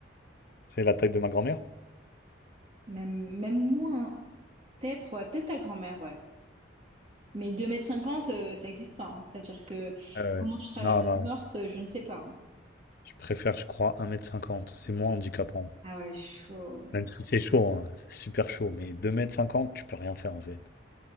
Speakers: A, on the left; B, on the right.
A: C'est la taille de ma grand-mère?
B: Même, même moins. hein. Peut-être, ouais, peut-être ta grand-mère, ouais. Mais deux mètres cinquante euh, ça n'existe pas. hein. Ça veut dire que
A: Euh,
B: comment tu traverses
A: non, non.
B: une porte, euh, je ne sais pas. hein.
A: Je préfère, je crois, un mètre cinquante. C'est moins handicapant.
B: Ah ouais, chaud.
A: Même si c'est chaud, hein, C'est super chaud. Mais deux mètres cinquante, tu peux rien faire en fait.